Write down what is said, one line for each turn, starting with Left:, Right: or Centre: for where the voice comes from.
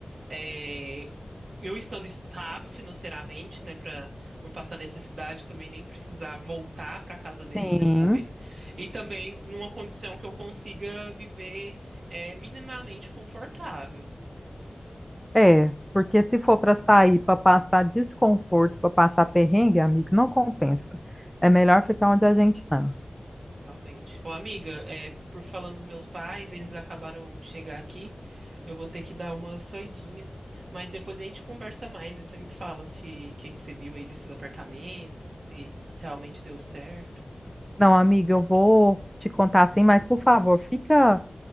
Right: é, eu estando estável financeiramente, né, Pra não passar necessidade também nem precisar voltar pra casa deles
Centre: Sim,
Right: depois, e também numa condição que eu consiga viver é, minimamente confortável,
Centre: é. Porque se for para sair, para passar desconforto, para passar perrengue, amigo, não compensa. É melhor ficar onde a gente tá.
Right: realmente. Ô, amiga, é, por falando dos meus pais, eles acabaram de chegar aqui. Eu vou ter que dar uma saidinha. Mas depois a gente conversa mais. Aí você me fala se o que que você viu aí desses apartamentos, se realmente deu certo.
Centre: Não, amiga, eu vou te contar assim, mas por favor, fica